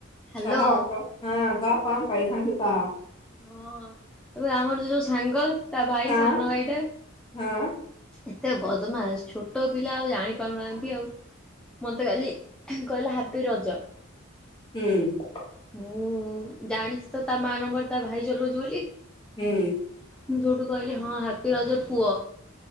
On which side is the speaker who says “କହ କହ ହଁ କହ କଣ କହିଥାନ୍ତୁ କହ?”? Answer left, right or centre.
Left